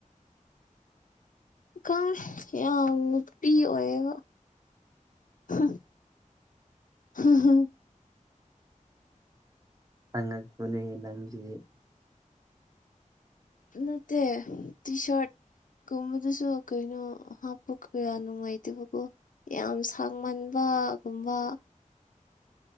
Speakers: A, on the left; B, on the right.
A: ꯈꯪꯗꯦ ꯌꯥꯝ ꯅꯨꯄꯤ ꯑꯣꯏꯌꯦꯕ ꯍꯝ <unintelligible>
B: ꯑꯉꯛ ꯄꯅꯤꯍꯦ ꯅꯪꯁꯤ <inaudible>
A: ꯅꯠꯇꯦ ꯇꯤ ꯁꯔꯠ ꯀꯨꯝꯕꯗꯨꯁꯨ ꯀꯩꯅꯣ ꯍꯥꯞꯄ ꯀꯌꯥ ꯅꯨꯡꯉꯥꯏꯇꯕꯀꯣ ꯌꯥꯝ ꯁꯥꯡꯃꯟꯕ ꯒꯨꯝꯕ